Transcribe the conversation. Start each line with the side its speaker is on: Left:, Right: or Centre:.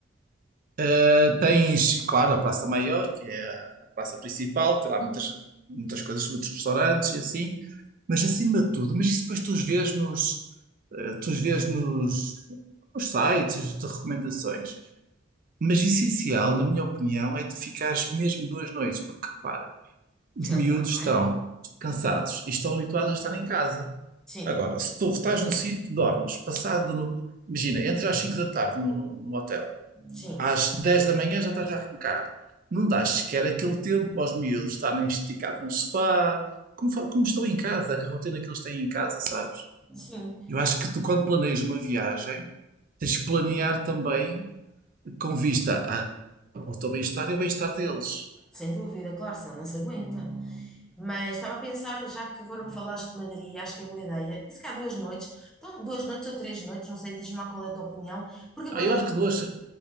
Right: Uh, tens, claro, a Praça Maior, que é a a praça principal, tem lá muitas, muitas coisas, muitos restaurantes e assim, mas acima de tudo, mas isso depois tu os vês nos, uh, tu os vês nos, nos sites de recomendações. Mas essencial, na minha opinião, é tu ficares mesmo duas noites, porque repara,
Centre: Descansar,
Right: os miúdos
Centre: não
Right: estão
Centre: é?
Right: cansados e estão habituados a estar em casa.
Centre: Sim,
Right: Agora, se tu estás num sítio, dormes, passado, no- imagina, entras às 5 da tarde no, no hotel
Centre: sim,
Right: às 10 da manhã já estás a arrancar. Não dás sequer aquele tempo aos miúdos estarem esticados no sofá, como, fa- como estão em casa, a rotina que eles têm em casa, sabes?
Centre: sim.
Right: Eu acho que tu, quando planeias uma viagem, tens que planear também com vista a- ao teu bem-estar e ao bem-estar deles.
Centre: Sem dúvida, claro, senão não se aguenta. Mas estava a pensar, já que agora me falaste de Madrid, acho que é boa ideia. E se calhar duas noites, então duas noites ou três noites, não sei, diz-me lá qual é a tua opinião, porque agora
Right: Ah, eu acho que duas,